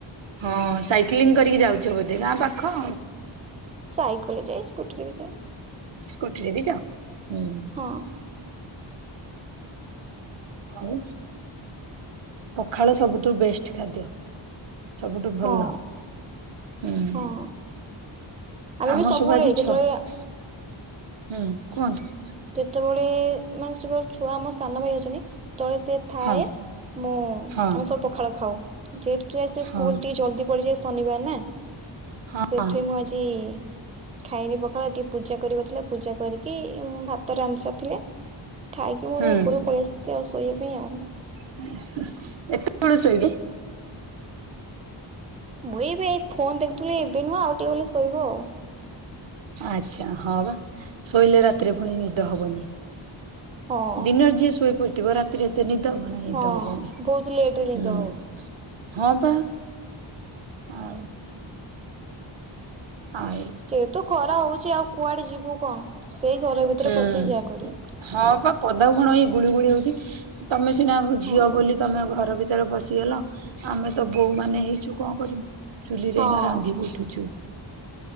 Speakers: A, on the right (about 70°); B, on the right (about 15°).
A: ହଁ ସାଇକେଲିଂ କରିକି ଯାଉଚ ବୋଧେ ଗାଁ ପାଖ।
B: ସାଇକେଲରେ ଯାଏ ସ୍କୁଟିରେ ବି ଯାଏ।
A: ସ୍କୁଟିରେ ବି ଯାଅ ହୁଁ।
B: ହଁ।
A: ଆଉ ପଖାଳ ସବୁଠୁ ବେଷ୍ଟ ଖାଦ୍ୟ। ସବୁଠୁ ଭଲ
B: ହଁ
A: ହୁଁ।
B: ହଁ ଆମେ
A: ଆମର
B: ବି ସବୁବେଳେ
A: ସବୁ ଆଜି
B: ଯେତେବେଳେ
A: ଛଅ ହୁଁ କୁହନ୍ତୁ।
B: କେତେବେଳେ ମାନେ ସବୁ ଛୁଆ ଆମ ସାନ ଭାଇ ଅଛନ୍ତି। ତଳେ ସିଏ ଥାଏ।
A: ହଁ
B: ମୁଁ
A: ହଁ
B: ଆମେ ସବୁ ପଖାଳ ଖାଉ। ଯେହେତୁ ତା ସେ ସ୍କୁଲ
A: ହଁ
B: ଟିକେ ଜଲଦି ପଡିଯାୟେ ଶନିବାର ନା
A: ହଁ।
B: ସେଥିପାଇଁ
A: ହଁ
B: ମୁଁ ଆଜି ଖାଇନି ପଖାଳ ଟିକେ ପୂଜା କରିବାର ଥିଲା। ପୂଜା କରିକି ମୁଁ ଭା ତ ରାନ୍ଧି ସାରି ଥିଲେ। ଖାଇକି ମୋର
A: ହୁଁ
B: ଉପରକୁ ପଳେଇ ଆସିଚି ଆଉ ଶୋଇବା ପାଇଁ ଆଉ।
A: ଏତେବେଳୁ ଶୋଇବ।
B: ମୁଁ ଏବେ ଏଇ ଫୋନ ଦେଖୁଥିଲି ଏବେ ନୁହଁ ଆଉ ଟିକେ ଗଲେ ଶୋଇବୁ ଆଉ।
A: ଆଚ୍ଛା ହଁ ବା ଶୋଇଲେ ରାତିରେ ଫୁଣି ନିଦ ହବନି।
B: ହଁ।
A: ଦିନରେ ଯିଏ ଶୋଇପଡିଥିବ। ରାତିରେ ଏତେ ନିଦ ହବ ନାହିଁ ନିଦ
B: ହଁ
A: ହବନି
B: ବହୁତ ଲେଟ ରେ ନିଦ
A: ହୁଁ।
B: ହବ
A: ହଁ ପା ଆଉ ଆ ଏ
B: ଯେହେତୁ ଖରା ହୋଉଚି ଆଉ କୁଆଡେ ଯିବୁ କଣ ସେଇ ଘର ଭିତରେ
A: ହୁଁ
B: ପଶିକି ଯାହା କରିବୁ।
A: ହଁ ବପା ପଦାକୁ କଣ ଏଇ ଗୁଳି ଗୁଳି ହୋଉଚି। ତମେ ସିନା ଆମ ଝିଅ
B: ହଁ
A: ବୋଲି ତମ ଘର ଭି ତରେ ପସିଗଲ। ଆମେ ତ ବୋହୁ ମାନେ ହେଇଚୁ କଣ କରିବୁ ଚୁଲିରେ
B: ହଁ।
A: ଏଇନା ରାନ୍ଧିକି ଉଠୁଚୁ।